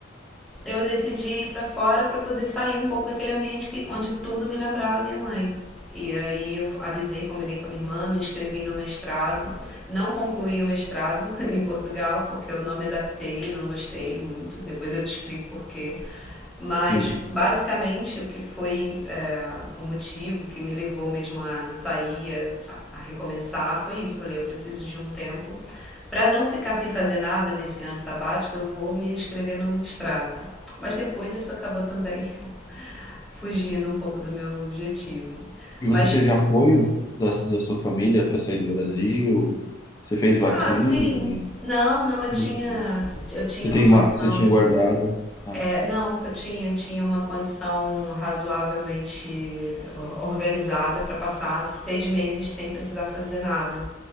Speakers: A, in the centre; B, on the left.
A: eu decidi ir pra fora pra poder sair um pouco daquele ambiente que, onde tudo me lembrava minha mãe. E aí eu avisei, combinei com a minha irmã, me inscrevi no mestrado. Não concluí o mestrado <laughs> em Portugal, porque eu não me adaptei, não gostei muito. Depois eu te explico porquê. Mas
B: Sim.
A: basicamente o que foi é, o motivo que me levou mesmo a sair, a, a recomeçar, foi isso. Eu falei, eu preciso de um tempo para não ficar sem fazer nada nesse ano sabático. Eu vou me inscrever no mestrado. Mas depois isso acabou também <laughs> fugindo um pouco do meu objetivo.
B: E
A: Mas
B: você teve apoio da, da sua família para sair do Brasil? Você fez vaquinha?
A: ah, sim, não, não, eu tinha
B: Você
A: eu tinha
B: tem
A: uma condição
B: uma, você tinha guardado? Ah,
A: É, não, eu tinha, tinha uma condição razoavelmente organizada para passar seis meses sem precisar fazer nada